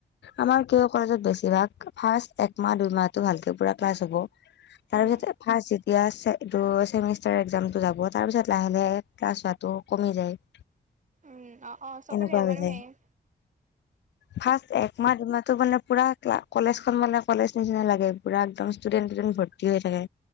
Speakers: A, on the left (about 75°); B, on the right (about 45°).
A: আমাৰ কিয় কলেজত বেছি ইবাৰ ফাৰ্ষ্ট একমাহ, দুই মাহটো ভালকে পুৰা ক্লাচ হ'ব। তাৰপিছত
B: উম
A: ফাৰ্ষ্ট এতিয়া এইটো চেমিষ্টাৰ একজামটো যাব তাৰ পিছত লাহে লাহে ক্লাছ হোৱাটো কমি যায়। <inaudible>
B: উম অ', -অ' চবৰে
A: এনেকুৱা
B: আমাৰো
A: হৈ যায়
B: সেয়ে।
A: ফাৰ্ষ্ট এক মাহ <unintelligible> পুৰা কা কলেজখন মানে কলেজ নিচিনা লাগে পুৰা একদম ষ্টুডেণ্ট টুডেন্ট ভৰ্তি হৈ থাকে।